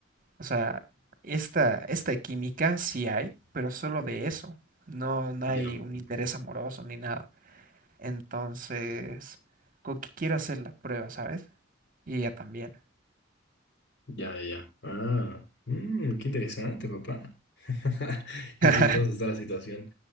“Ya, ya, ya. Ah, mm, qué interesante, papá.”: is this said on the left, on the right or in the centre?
Left